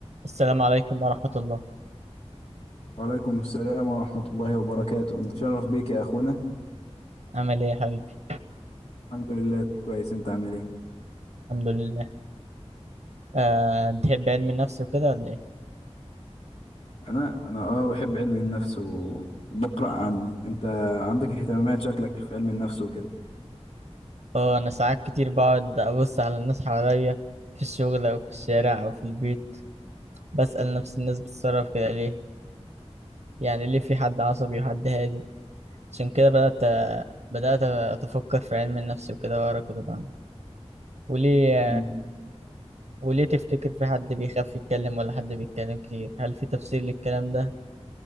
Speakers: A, on the right; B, on the left.
A: السلام عليكم ورحمة الله
B: وعليكم السلام ورحمة الله وبركاته نتشرف بيك يا أخونا
A: عامل ايه يا حبيبي
B: الحمد لله كويس أنت عامل إيه
A: الحمد لله أه بتحب علم النفس وكده ولا ايه
B: أنا أنا أه بحب علم النفس و- وبقرأ عنه أنت عندك اهتمامات شكلك في علم النفس وكده
A: اه انا ساعات كتير بقعد ابص على الناس حواليا في الشغل او في الشارع او في البيت بسأل نفسي الناس بتتصرف كده ليه يعني ليه في حد عصبي وحد هادي عشان كده بدأت بدأت اتفكر في علم النفس وكده واقرا كتب عنه وليه
B: مم.
A: وليه تفتكر في حد بيخاف يتكلم ولا حد بيتكلم كتير هل في تفسير للكلام ده